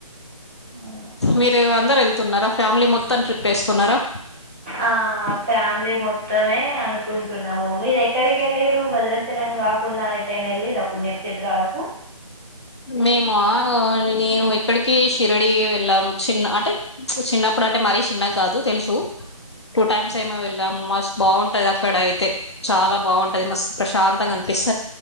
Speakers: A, on the right; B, on the left.
A: ఆ <unintelligible>
B: మీరు అందరు వెళ్తున్నారా ఫ్యామిలీ మొత్తం ట్రిప్ వేస్తున్నారా
A: ఆ ఫ్యామిలీ మొత్తమే అనుకుంటున్నాము మీరు ఎక్కడికెళ్ళిరు భద్రాచలం గాకుండా ఎటైనా ఎళ్ళిరా పుణ్యక్షేత్రాలకు
B: మేమా నేను ఎక్కడికి షిరిడి వెళ్ళాను చిన్న అంటే చిన్నప్పుడు అంటే మరి చిన్న కాదు తెలుసు టూ టైమ్స్ ఏమో వెళ్ళాము మస్త్ బాగుం టది అక్కడయితే చాలా బాగుంటది మస్త్ ప్రశాంతంగా అనిపిస్త